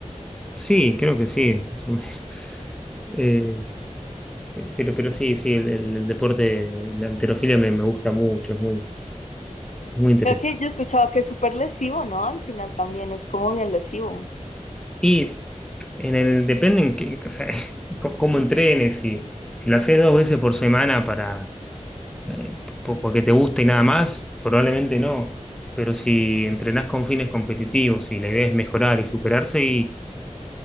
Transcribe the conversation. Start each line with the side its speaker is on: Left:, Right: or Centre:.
Centre: Sí, creo que sí. más o menos. <laughs> Eh, Eh, Pero, pero sí, sí, el, el- el deporte de de halterofilia me, me gusta mucho, es muy, muy interesante.
Left: Creo que yo he escuchado que es súper lesivo, ¿no? Al final también es como bien lesivo.
Centre: Y en el, depende en qué- o sea, <laughs> co- cómo entrenes, si, si lo haces dos veces por semana para, eh, po- porque te gusta y nada más, probablemente no. Pero si entrenás con fines competitivos y la idea es mejorar y superarse, y